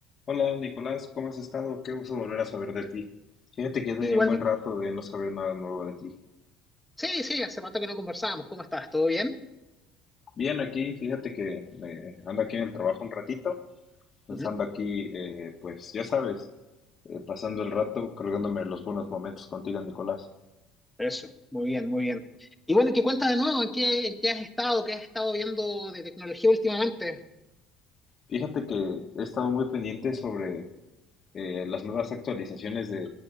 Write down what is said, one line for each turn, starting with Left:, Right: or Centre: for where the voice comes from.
Left: Hola Nicolás, ¿cómo has estado? Qué gusto volver a saber de ti. Fíjate que ya tenía
Centre: Sí, Igual,
Left: un buen rato de no saber nada nuevo de ti.
Centre: sí, sí, hace rato que no conversábamos. ¿Cómo estás? ¿Todo bien?
Left: Bien, aquí, fíjate que eh, ando aquí en el trabajo un ratito, pues
Centre: Ujú,
Left: ando aquí, eh, pues ya sabes, eh, pasando el rato, colgándome los buenos momentos contigo, Nicolás.
Centre: Eso, muy bien, muy bien. Y bueno, ¿qué cuentas de nuevo? ¿En qué, en qué has estado? ¿Qué has estado viendo de tecnología últimamente?
Left: Fíjate que he estado muy pendiente sobre eh, las nuevas actualizaciones de,